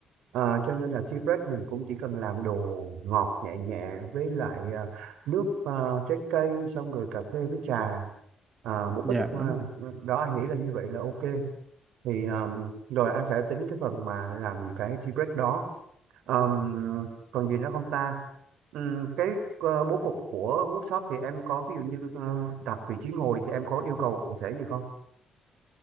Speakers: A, on the right (about 85°); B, on the right (about 35°).
A: Ờ, cho nên là tea break mình cũng chỉ cần làm đồ ngọt nhẹ nhẹ với lại ờ, nước ờ, trái cây xong rồi cà phê với trà. À, một
B: dạ
A: ít ờ,
B: đúng rồi
A: đó anh nghĩ là như vậy là ok thì um, rồi anh sẽ tính cái phần mà làm cái tea break đó um, còn gì nữa không ta Ừm, cái ờ, bố cục của workshop thì em có ví dụ như ờ, đặt vị trí ngồi thì em có yêu cầu cụ thể gì không